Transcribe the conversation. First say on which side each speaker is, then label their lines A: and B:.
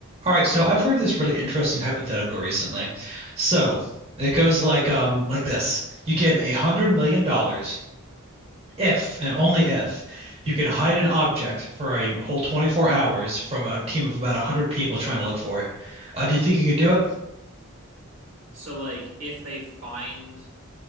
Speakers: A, on the right (about 25°); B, on the right (about 60°).
A: All right, so I've heard this really interesting hypothetical recently. So it goes like um like this. You get a hundred million dollars if and only if you can hide an object for a whole 24 hours from a team of about 100 people trying to look for it. Uh, do you think you could do it?
B: So like if they find